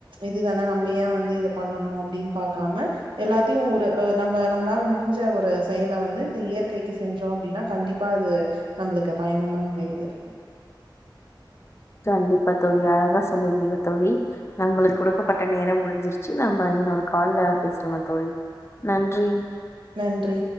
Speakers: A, on the right; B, on the left.
A: இது தானே நம்ம ஏ வந்து இத பண்ணணு அப்டினு பாக்காம எல்லாத்தையு ஒரு நம்ம அ நம்ளால முடிஞ்ச ஒரு செயல வந்து இந்த இயற் கைக்கு செஞ்சோ அப்டினா கண்டிப்பா அது நம்மளுக்கு பயனுல்ல வகையல இருக்கு
B: கண்டிப்பா தோழி அழகா சொல்லிருந்தீங்க தோழி நம்பளுக்கு குடுக்கப்பட்ட நேரம் முடிஞ்சிருச்சு நம்ப இன்னொரு கால்ல பேசிடலா தோழி நன்றி.
A: நன்றி